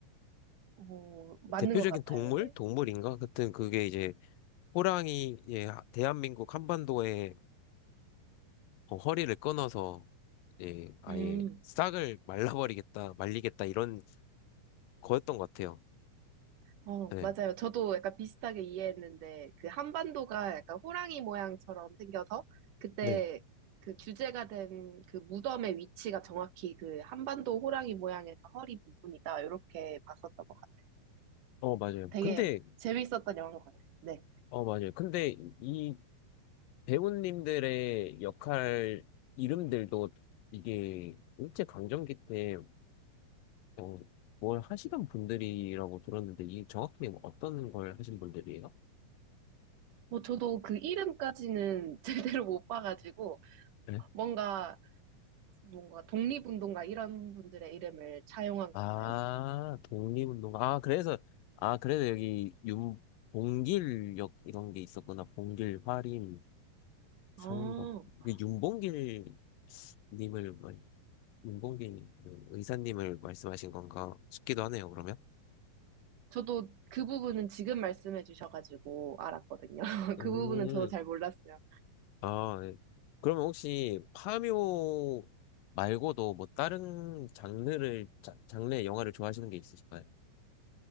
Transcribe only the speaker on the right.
어, 맞는
것 같아요.
네.
음,
어,
맞아요. 저도 약간 비슷하게 이해했는데, 그 한반도가 약간 호랑이 모양처럼 생겨서, 그때
그 주제가 된 그 무덤의 위치가 정확히 그 한반도 호랑이 모양에서 허리 부분이다. 이렇게 봤었던 것 같아요.
되게
재밌었던 영화인 것 같아요. 네.
뭐 저도 그 이름까지는 <laughs> 제대로 못 봐가지고,
뭔가 뭔가 독립운동가 이런 분들의 이름을 차용한 건가요?
아,
저도 그 부분은 지금 말씀해 주셔가지고 알았거든요. <laughs>
그 부분은 저도 잘 몰랐어요.